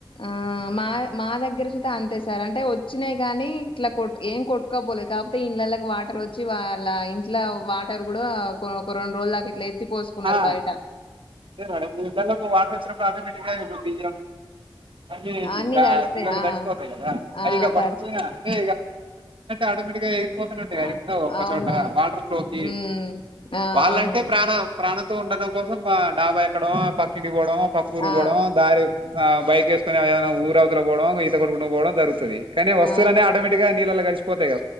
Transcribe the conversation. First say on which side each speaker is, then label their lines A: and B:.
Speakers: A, on the left (about 85°); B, on the right (about 80°).
A: ఆ మా మా దగ్గర సతే అంతే సార్ అంటే వచ్చినాయి కాని ఇట్లా కొట్ ఏం కొట్టుకోపోలేదు కాకపోతే ఇంళ్ళకి వాటర్ వచ్చి వాళ్ళ ఇంట్లో వాటర్ కూడా ఒక రెండు రోజులు దకా ఇట్లా ఎత్తి పోసుకున్నారు
B: ఆ
A: బయట
B: అదే మీ కాళ్ళకు వాటర్ వచ్చ అటోమెటిక్ ఈ
A: అన్ని
B: ఇగ
A: తడితాయి
B: నీలల్లో
A: ఆ
B: కలిసిపోతది కదా
A: ఆ
B: అది
A: తడుచు
B: టే ఆటోమేటిక్ గా పోతుంటే
A: ఆ
B: ఎందో ఒకచోట
A: అవును
B: వాటర్ ప్రూఫ్కి
A: మ్మ్ ఆ
B: వాళ్ళంటే
A: అవును
B: ప్రాణ ఉండటడం కోసం డాబా ఎక్కడం పక్కింటికి పో పక్కూరికి
A: ఆ ఆ
B: పోడం దారి ఆ బైకేస్ ఏనా ఊరు అవతు పోవడం ఈత కొడుకుంట పోవడం జరుగుతుంది కానీ వస్తువులనే
A: ఆ,
B: ఆటోమేటిక్గా నీళ్ళలో కలి పోతేగా